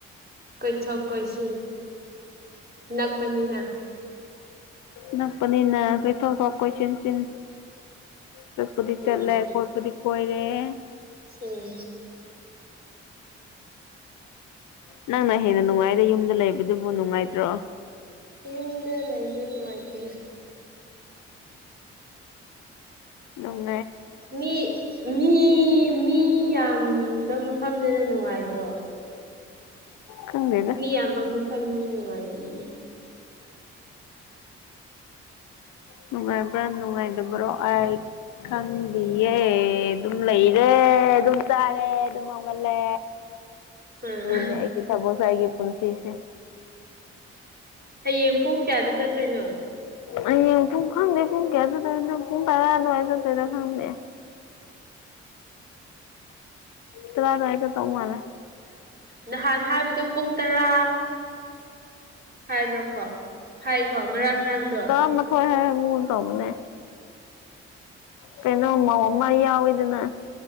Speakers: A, on the right; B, on the left.
A: ꯀꯣꯏ ꯊꯣꯛ ꯀꯣꯏ ꯁꯤ ꯅꯄꯅꯤꯅꯥ
B: ꯅꯛꯄꯅꯤꯅ ꯀꯩꯊꯣꯛ ꯊꯣꯛ ꯀꯣꯏꯁꯟꯁꯤꯟ ꯆꯠꯄꯗꯤ ꯆꯠꯂꯦ
A: ꯎꯝ
B: ꯀꯣꯏꯕꯗꯤ ꯀꯣꯏꯔꯦ ꯑꯗ
A: ꯎꯝ
B: ꯅꯪꯅ ꯍꯦꯟꯅ ꯅꯨꯡꯉꯥꯏꯗꯦ ꯌꯨꯝꯗ ꯂꯩꯕꯗꯨꯕꯨ ꯅꯨꯡꯉꯥꯏꯇ꯭ꯔꯣ
A: ꯌꯨꯝꯗ ꯂꯩꯕ ꯅꯨꯡꯉꯥꯏꯇꯦꯗ
B: ꯑꯪ
A: ꯃꯤ ꯃꯤ ꯃꯤ ꯌꯥꯝꯕ ꯃꯐꯝꯗꯨꯅ ꯅꯨꯡꯉꯥꯏꯗ꯭ꯔꯣ
B: ꯈꯪꯗꯦꯗ
A: ꯃꯤ ꯌꯥꯝꯕ ꯃꯐꯝꯗꯨꯅ ꯅꯨꯡꯉꯥꯏꯕꯅꯤꯗꯤ
B: ꯅꯨꯡꯉꯥꯏꯕ꯭ꯔꯥ ꯅꯨꯡꯉꯥꯏꯇꯕ꯭ꯔꯣ ꯑꯩ ꯈꯪꯗꯤꯌꯦ ꯑꯗꯨꯝ ꯂꯩꯔꯦ ꯑꯗꯨꯝ ꯆꯥꯔꯦ ꯑꯗꯨꯝ ꯍꯧꯥꯎꯒꯜꯂꯦ
A: ꯑꯥ
B: ꯨꯅꯤꯌꯥꯏꯒꯤ ꯏ ꯊꯕꯁꯥꯏꯒꯤ ꯄꯨꯟꯁꯤꯁ
A: ꯍꯌꯦꯡ ꯄꯨꯡ ꯀꯌꯥꯗ ꯆꯠꯇꯣꯏꯅꯣ
B: ꯑꯩꯌꯦꯡ ꯄꯨꯡ ꯈꯪꯗꯦ ꯄꯨꯡ ꯀꯌꯥ ꯆꯠꯇꯣꯏ ꯅꯪ ꯄꯨꯡ ꯄꯥꯔ ꯑꯗꯨꯋꯥꯏ ꯆꯠꯇꯣꯏꯗ ꯈꯪꯗꯦ ꯇꯔꯏ ꯀ ꯇꯧ ꯃꯥꯅ
A: ꯅꯍꯥꯟ ꯍꯥꯏꯕꯗ ꯄꯨꯡ ꯇꯔꯥ ꯍꯥꯏꯕ꯭ꯔꯣꯀꯣ ꯍꯥꯏꯀꯣ ꯉꯔꯥꯡ ꯍꯥꯏꯕꯗꯣ
B: ꯇꯔꯥꯃꯊꯣꯏ ꯍꯥꯏ ꯑꯃꯨꯛ ꯇꯧꯕꯅꯦ ꯀꯩꯅꯣ ꯃꯧ ꯑꯃ ꯌꯥꯎꯋꯤꯗꯅ